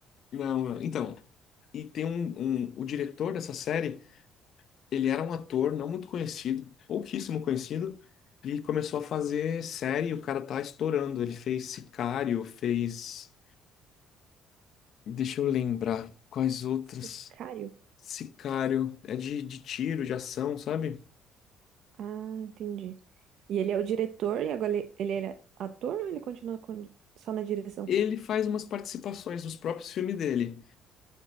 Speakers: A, on the left; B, on the right.
A: não. então. E tem um, um. O diretor dessa série ele era um ator não muito conhecido, pouquíssimo conhecido, e começou a fazer série, e o cara tá estourando. Ele fez Sicário, fez. Deixa eu lembrar quais outras.
B: <laughs> Sicário?
A: Sicário, é de, de tiro, de ação, sabe?
B: Ah, entendi. E ele é o diretor e agora ele, ele é ator ou ele continua com- só na direção?
A: Ele faz umas participações nos próprios filmes dele,